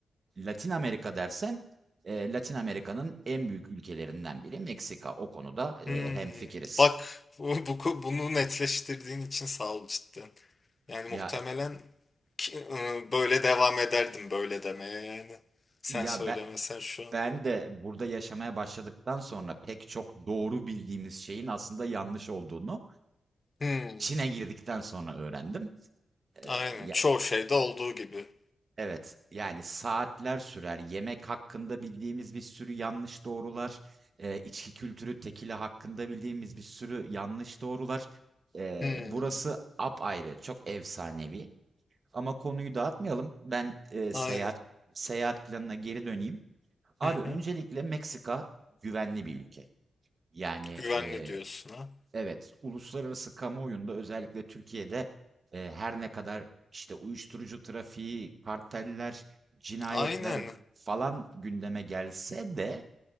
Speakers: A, on the right; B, on the left.
A: Latin Amerika dersen, eee, Latin Amerika'nın en büyük ülkelerinden biri Meksika. O konuda eee
B: Hmm,
A: hemfikiriz.
B: bak bu, bu- bunu netleştirdiğin için sağ ol cidden. Yani
A: Ya
B: muhtemelen ki- ıı, böyle devam ederdim böyle demeye yani. Sen
A: ya
B: söylemesen
A: ben
B: şu an.
A: ben de burada yaşamaya başladıktan sonra pek çok doğru bildiğimiz şeyin aslında yanlış olduğunu
B: Hmm,
A: içine girdikten sonra öğrendim. Eee,
B: aynen.
A: ya,
B: Çoğu şeyde olduğu gibi.
A: evet, yani saatler sürer. Yemek hakkında bildiğimiz bir sürü yanlış doğrular, eee içki kültürü, tekila hakkında bildiğimiz bir sürü yanlış doğrular. Eee
B: Hmm,
A: burası apayrı, çok efsanevi. Ama konuyu dağıtmayalım. Ben e, seyahat
B: aynen.
A: seyahat planına geri döneyim. Abi
B: Hı hı.
A: öncelikle Meksika güvenli bir ülke. Yani
B: Güvenli
A: e,
B: diyorsun ha.
A: evet uluslararası kamuoyunda özellikle Türkiye'de e, her ne kadar işte uyuşturucu trafiği, karteller, cinayetler
B: Aynen.
A: falan gündeme gelse de